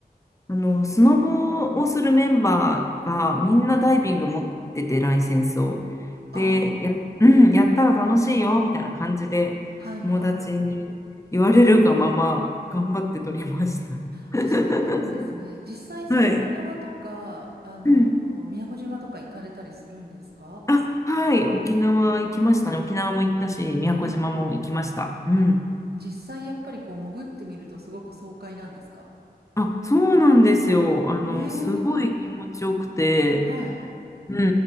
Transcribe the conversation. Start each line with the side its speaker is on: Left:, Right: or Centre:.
Left: あの、スノボをするメンバーがみんなダイビング持ってて、
Right: はい。
Left: ライセンスを。
Right: ああ、
Left: で、や、うん、やったら楽しいよ、みたいな感じで、
Right: はいはい。
Left: 友達に言われるがまま、頑張って取りました。<laughs>
Right: あ、そうなんですね。実際その沖縄とか、
Left: はい。
Right: あの、
Left: うん。
Right: 宮古島とか行かれたりするんですか
Left: あ、はい、沖縄行きましたね。沖縄も行ったし、宮古島も行きました。
Right: はい。
Left: うん。
Right: 実際やっぱりこう潜ってみるとすごく爽快なんですか
Left: あ、そうなんですよ。あの、
Right: ええ
Left: すごい気持ちよくて、
Right: はい。
Left: うん